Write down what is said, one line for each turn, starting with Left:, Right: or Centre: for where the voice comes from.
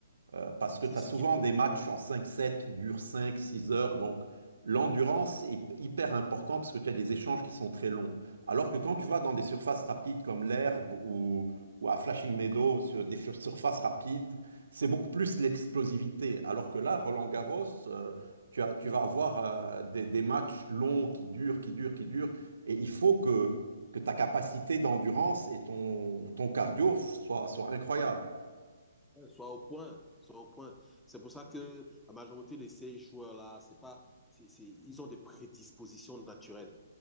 Right: Euh, parce que
Centre: C'est
Right: tu
Centre: ce
Right: as souvent
Centre: qui.
Right: des matchs en cinq 7 qui durent cinq six heures. Donc, l'endurance est hyper importante parce que tu as des échanges qui sont très longs. Alors que quand tu vas dans des surfaces rapides comme l'herbe ou, ou à Flashing Meadow, sur des fur- surfaces rapides, c'est beaucoup plus l'explosivité. Alors que là, Roland-Garros, euh, tu as- tu vas avoir euh, des, des matchs longs qui durent, qui durent, qui durent. Et il faut que, que ta capacité d'endurance et ton, ton cardio soient, soient incroyables.
Centre: Ouais, Soit au point, soit au point. C'est pour ça que la majorité de ces joueurs-là, c'est pas, c'est, c'est- ils ont des prédispositions naturelles.